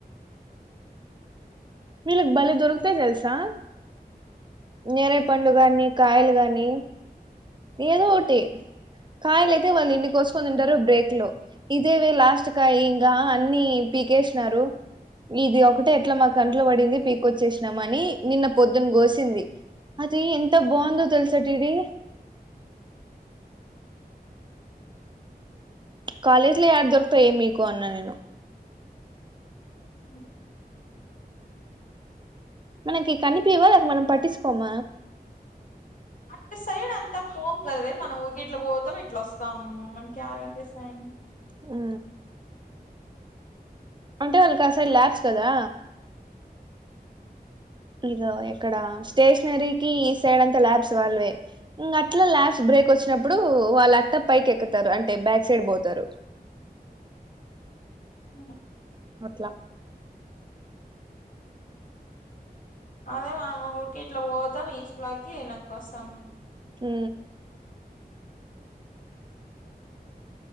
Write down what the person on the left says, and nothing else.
ఉ
అటు సైడ్ అంతా పోము గాదా వే మనం ఊరికె ఇట్లా పోతాము ఇట్లా వస్తాం మనకి యాడ కనిపిస్తాయని
ఆ
అదే మనం ఊరికె ఇట్లా పోతాం ఈశలాకి వెనక్కి వస్తాం